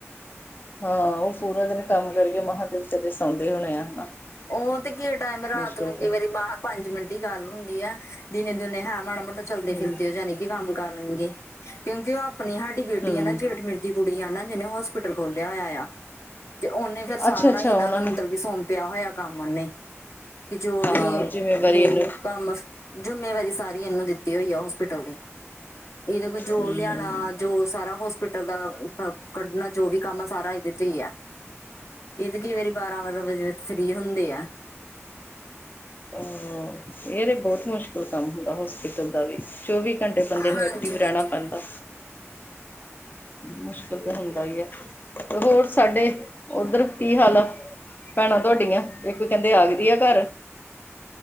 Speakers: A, on the left; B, on the left.
A: ਹਾਂ ਓ ਪੂਰਾ ਦਿਨ ਕੰਮ ਕਰਕੇ ਮਹਾਂ ਤੇ ਵਿਚਾਰੇ ਸੌਂਦੇ ਹੋਨੇ ਆ ਹਨਾ।
B: ਓ ਤੇ ਕੀ ਟਾਈਮ ਰਾਤ
A: ਮੁਸ਼ਕਿਲ
B: ਨੂੰ ਕਈ
A: ਤੇ
B: ਵਾਰੀ ਬਾਹਰ ਪੰਜ ਮਿੰਟ ਈ ਗੱਲ ਹੁੰਦੀ ਐ ਦਿਨੇ-ਦਿਨੇ ਹੈਂ ਮਾੜਾ ਮੋਟਾ ਚਲਦੇ
A: ਹੂੰ
B: ਫਿਰਦੇ ਓ ਜਾਨੀ ਕੇ ਕੰਮ ਕਰ ਲੰਨਗੇ, ਕਿਓਂਕਿ ਓ ਆਪਨੀ ਸਾਡੀ ਬੇਟੀ
A: ਹੂੰ
B: ਆ ਨਾ ਜੇਠ ਮੇਰੇ ਦੀ ਕੁੜੀ ਆ ਨਾ ਜਿਨੇ ਹੋਸਪਿਟਲ ਖੋਲਿਆ ਹੋਇਆ ਆ, ਤੇ ਓਨੇ ਫੇਰ ਸਾਰਾ
A: ਅੱਛਾ ਅੱਛਾ
B: ਏਨਾਂ
A: ਉਹਨਾਂ
B: ਨੂੰ ਮਤਲਬ ਸੋਂਪੇ ਪਿਆ ਹੋਇਆ ਕੰਮ ਓਨੇ, ਕੇ ਜੋ
A: ਹਾਂ
B: ਵੀ ਓ
A: ਜਿੰਮੇਵਾਰੀ ਇਹਨੂੰ
B: ਕੰਮ ਜੁਮੇਵਾਰੀ ਸਾਰੀ ਏਨੂੰ ਦਿੱਤੀ ਹੋਈ ਆ ਹੋਸਪਿਟਲ ਦੀ। ਏਦੇ ਕੋਲ ਜੋ
A: ਹੂੰ
B: ਲਿਆਨਾ ਜੋ ਸਾਰਾ ਹੋਸਪਿਟਲ ਦਾ ਕੱਢਨਾ ਜੋ ਵੀ ਕੰਮ ਆ ਸਾਰਾ ਏਦੇ ਤੇ ਈ ਆ, ਏ ਤੇ ਕਈ ਵਾਰੀ ਬਾਰਾਂ-ਬਾਰਾਂ ਵਜੇ ਫਰੀ ਹੁੰਦੇ ਆ
A: ਹਾਂ, ਏ ਤੇ ਬੋਤ ਮੁਸ਼ ਮੁਸ਼ਕਲ ਕੰਮ ਹੁੰਦਾ ਹੋਸਪਿਟਲ ਦਾ ਵੀ, ਚੌਵੀ ਘੰਟੇ ਬੰਦੇ
B: ਹਾਂਜੀ
A: ਨੂੰ ਐਕਟਿਵ ਰੈਨਾ
B: ਹਾਂਜੀ
A: ਪੈਂਦਾ। ਮੁਸ਼ਕਿਲ ਤੇ ਹੁੰਦਾ ਈ ਐ, ਤੇ ਹੋਰ ਸਾਡੇ ਓਦਰ ਕੀ ਹਾਲ ਆ, ਭੈਨਾਂ ਤੁਆਡੀਆਂ ਇੱਕ ਕੈਂਦੇ ਆ ਗਈ ਦੀ ਆ ਘਰ।